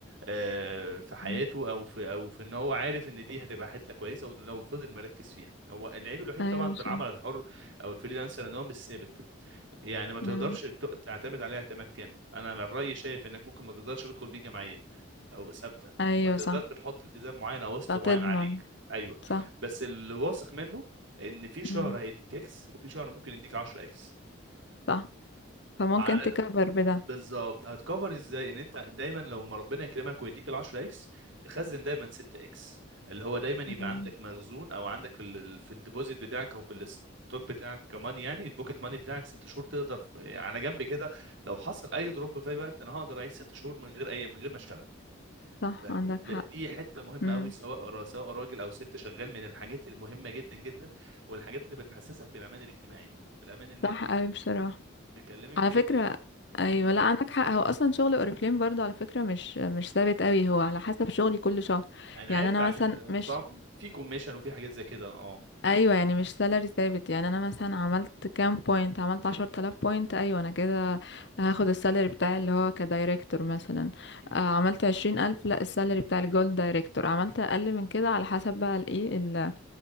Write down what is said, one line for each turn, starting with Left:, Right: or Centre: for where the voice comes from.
Right: آه، في حياته
Left: مم.
Right: او في او في ان هو عارف ان دي هتبقى حته كويسه ولو فضل مركز فيها هو العيب الوحيد
Left: ايوه
Right: طبعا في
Left: صح
Right: العمل الحر او الفريلانسر ان هو مش ثابت يعني ما تقدرش
Left: مم.
Right: ت- تعتمد عليه اعتماد كامل انا من رايي شايف انك ممكن ما تقدرش تدخل بيه جمعيه او ثابته
Left: ايوه
Right: ما تقدرش
Left: صح
Right: تحط التزام معين او قسط
Left: لا
Right: معين
Left: تضمن
Right: عليك ايوه
Left: صح
Right: بس اللي واثق منه ان في شهر
Left: مم.
Right: هيديك اكس وفي شهر ممكن يديك 10 اكس
Left: صح فممكن
Right: مع-
Left: تكبر بده
Right: بالظبط هتكفر ازاي ان انت دايما لو ما ربنا يكرمك ويديك ال 10 اكس تخزن دايما 6 اكس اللي هو دايما يبقى
Left: مم.
Right: عندك مخزون او عندك في ال... في الديبوزيت بتاعك او في الستوك بتاعك كمان يعني البوكيت ماني بتاعك ست شهور تقدر في... على جنب كده لو حصل اي دروب في اي وقت انا هقدر اعيش ست شهور من غير اي من غير ما اشتغل
Left: صح
Right: فاهم؟
Left: عندك
Right: لا،
Left: حق
Right: دي حته مهمه
Left: مم.
Right: قوي سواء را- سواء راجل او ست شغال من الحاجات المهمه جدا جدا والحاجات اللي بتحسسك بالامان الاجتماعي بالامان المادي
Left: صح اوي بصراحة
Right: بكلمك
Left: على
Right: بجد
Left: فكرة
Right: يعني
Left: ايوه
Right: امم
Left: لا عندك حق هو اصلا شغل اوريفليم برضو على فكرة مش مش ثابت قوي هو على حسب شغلي كل شهر
Right: انا
Left: يعني
Right: عارف
Left: انا
Right: عشان
Left: مثلا مش
Right: بتاع في كوميشن وفي حاجات زي كده اه
Left: ايوه يعني مش سالري ثابت يعني انا مثلا عملت كام بوينت عملت عشر تلاف بوينت ايوه انا كده هاخد السالري بتاعي اللي هو كدايركتور مثلا
Right: مم.
Left: آه، عملت عشرين الف لا السالري بتاع الجولد دايركتور عملت اقل من كده على حسب بقى الايه